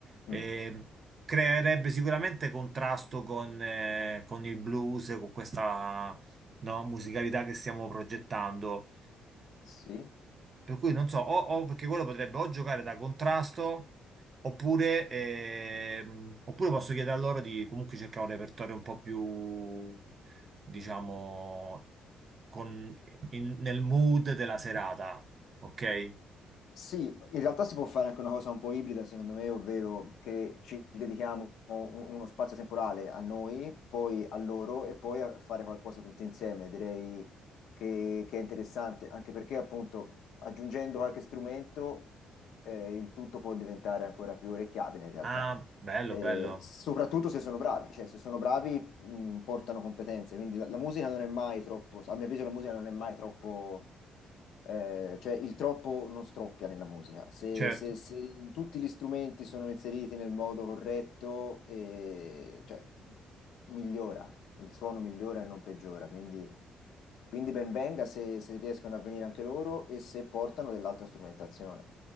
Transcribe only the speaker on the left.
Mm,
sì.
Sì, in realtà si può fare anche una cosa un po' ibrida, secondo me, ovvero che ci dedichiamo un- uno spazio temporale a noi, poi a loro e poi a fare qualcosa tutti insieme. Direi che, che è interessante, anche perché appunto aggiungendo qualche strumento eh, il tutto può diventare ancora più orecchiabile in realtà.
Eh,
soprattutto se sono bravi, cioè se sono bravi mh, portano competenze, quindi la, la musica non è mai troppo, a mio avviso la musica non è mai troppo eh, cioè il troppo non stroppia nella musica. Se,
se- se il- tutti gli strumenti sono inseriti nel modo corretto, eh, cioè, migliora, il suono migliora e non peggiora. Quindi, quindi ben venga se, se riescono a venire anche loro e se portano dell'altra strumentazione.